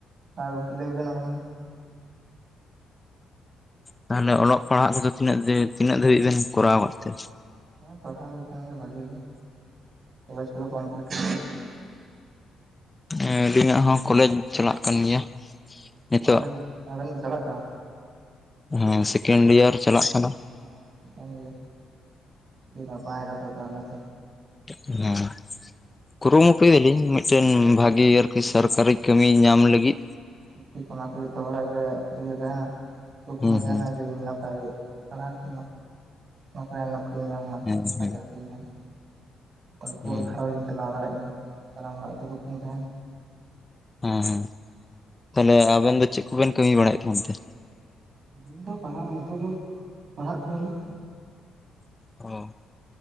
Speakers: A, on the right; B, on the left.
A: ᱟ ᱟᱨ ᱜᱚᱝᱠᱮ ᱞᱟᱹᱭ ᱵᱮᱱ ᱟᱵᱮᱱ ᱜᱮ᱾
B: ᱛᱟᱦᱚᱞᱮ ᱚᱞᱚᱜ ᱯᱟᱲᱦᱟᱜ ᱠᱚᱫᱚ ᱛᱤᱱᱟᱹᱜ <inaudible> ᱛᱤᱱᱟᱹᱜ ᱫᱟᱹᱵᱤᱡ ᱵᱮᱱ ᱠᱚᱨᱟᱣ ᱟᱠᱟᱫ ᱛᱮ?
A: ᱦᱮᱸ ᱯᱟᱲᱦᱟᱣ ᱦᱩᱭ ᱟᱠᱟᱱ ᱜᱮᱭᱟ ᱵᱷᱟᱜᱮ ᱜᱮ, ᱠᱚᱞᱮᱡᱽ ᱠᱚᱫᱚ ᱠᱚᱢᱯᱞᱤᱴ <inaudible>
B: ᱦᱮ ᱟᱹᱞᱤᱧᱟᱜ ᱦᱚᱸ ᱠᱚᱞᱮᱡ ᱪᱟᱞᱟᱜ ᱠᱟᱱ ᱜᱮᱭᱟ ᱱᱤᱛᱚᱜ
A: ᱟᱵᱮᱱ ᱫᱚ ᱟᱵᱮᱱ ᱫᱚ ᱪᱟᱞᱟᱜ ᱠᱟᱱᱟ
B: ᱦᱮᱸ ᱥᱮᱠᱮᱱᱰ ᱤᱭᱟᱨ ᱪᱟᱞᱟᱜ ᱠᱟᱱᱟ
A: ᱚ ᱪᱮᱠᱟᱹᱧ ᱞᱟᱹᱭᱟ ᱴᱤ ᱱᱟᱯᱟᱭ ᱜᱮᱛᱚ ᱛᱟᱦᱚᱞᱮ ᱛᱚ
B: ᱦᱚᱸ ᱠᱩᱨᱩᱢᱩᱴᱩᱭ ᱭᱟᱞᱤᱧ ᱢᱤᱫᱴᱮᱱ ᱵᱷᱟᱜᱤ ᱟᱨᱠᱤ ᱥᱟᱨᱠᱟᱨᱤ ᱠᱟᱹᱢᱤ ᱧᱟᱢ ᱞᱟᱹᱜᱤᱫ᱾
A: ᱴᱷᱤᱠ ᱴᱷᱤᱠ ᱚᱱᱟᱛᱮ ᱡᱚᱛᱚ ᱦᱚᱲᱟᱜ ᱜᱮ ᱤᱭᱟᱹ ᱛᱟᱦᱮᱸᱱᱟ ᱠᱩᱠᱢᱩ
B: ᱦᱩᱸ
A: ᱛᱟᱦᱮᱸᱱᱟ
B: ᱦᱩᱸ
A: ᱡᱮ ᱤᱧ ᱱᱟᱯᱟᱭ ᱯᱟᱲᱦᱟᱣ ᱠᱟᱛᱮ ᱱᱟᱯᱟᱭ ᱱᱚᱠᱨᱤᱧ ᱧᱟᱢᱟ
B: ᱦᱮᱸ
A: ᱱᱟᱯᱟᱭ
B: ᱦᱮᱸ
A: ᱪᱟᱹᱠᱨᱤᱧ ᱧᱟᱢᱟ᱾ ᱛᱟᱨᱯᱚᱨ
B: ᱦᱮᱸ
A: ᱜᱷᱟᱨᱚᱸᱧ ᱤᱧ ᱪᱟᱞᱟᱣ ᱫᱟᱲᱮᱭᱟᱜ ᱢᱟ ᱥᱟᱱᱟᱢ ᱦᱚᱲᱟᱜ ᱜᱮᱛᱚ ᱠᱩᱴᱢᱩ ᱛᱟᱦᱮᱸᱱ
B: ᱦᱮᱸ ᱦᱮᱸ ᱛᱟᱦᱚᱞᱮ ᱟᱵᱮᱱ ᱫᱚ ᱪᱮᱫ ᱠᱚᱵᱮᱱ ᱠᱟᱹᱢᱤ ᱵᱟᱲᱟᱭᱮᱫ ᱠᱟᱱ ᱛᱮ?
A: ᱟᱹᱞᱤᱧ ᱫᱚ ᱯᱟᱲᱦᱟᱜ ᱱᱤᱛᱚᱜ ᱫᱚ ᱯᱟᱲᱦᱟᱜ ᱠᱟᱱᱟ ᱞᱤᱧ
B: ᱚ